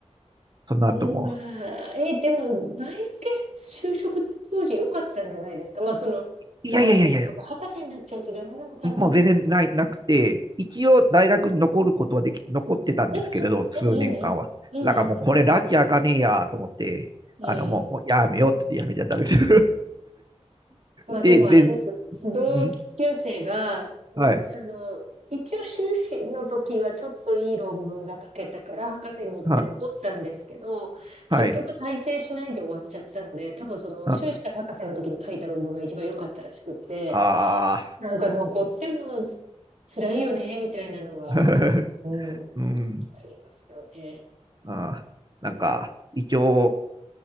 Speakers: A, on the right (about 35°); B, on the right (about 80°).
A: その後も。
B: うん、まあ、え、でも、バイオ系就職当時良かったんじゃないですか。まあ、その、
A: いやいやいやいや、
B: ああ、でもそうか、博士になっちゃうとダメなのかな。
A: もう全然ない、なくて、一応大学に残ることはでき、残ってたんですけれど、
B: うんうん、
A: 数年間は。
B: うんうんうん。
A: だからもうこれ、
B: うんうん
A: 拉致あかねえやと思って、
B: うん。
A: あの、もう、
B: うん。
A: もうやめようってやめちゃったんですよ。<laughs>
B: まあでもあれです。
A: で、全、
B: 同級生が、
A: ん
B: う
A: はい、
B: あの、一応修士の時はちょっといい論文が書けたから博士に行って残ったんですけど、
A: はい、
B: 結局大成しないで終わっちゃったので、
A: はい、
B: 多分その修士から博士の時に書いた論文が一番良かったらしくって、
A: あ、ああ、
B: なんか残っても辛いよね、みたいなのは、
A: <laughs>
B: うん、あ
A: うん、
B: りますよね。
A: あなんか、一応、